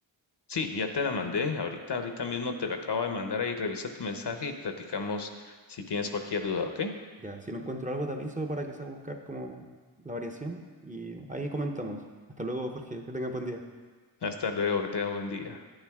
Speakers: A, on the left; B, on the right.
A: Sí, ya te la mandé, ahorita, ahorita mismo te la acabo de mandar ahí, revisa tu mensaje y platicamos si tienes cualquier duda, ¿ok?
B: Ya, si no encuentro algo te aviso para que sea buscar como la variación y ahí comentamos. Hasta luego, Jorge, que tengas buen día.
A: Hasta luego, que tenga buen día.